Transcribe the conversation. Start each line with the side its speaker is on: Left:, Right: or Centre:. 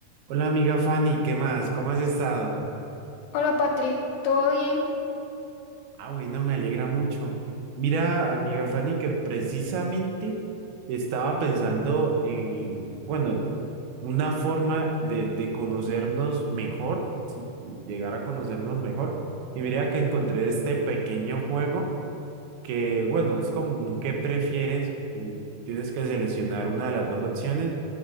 Right: Hola amiga Fanny, ¿qué más? ¿Cómo has estado?
Left: Hola Patrick, ¿todo bien?
Right: Ah, bueno, me alegra mucho. Mira, amiga Fanny, que precisamente estaba pensando en, bueno, una forma de, de conocernos mejor, sí, llegar a conocernos mejor. Y mira que encontré este pequeño juego que, bueno, es como un ¿qué prefieres? Y tienes que seleccionar una de las dos opciones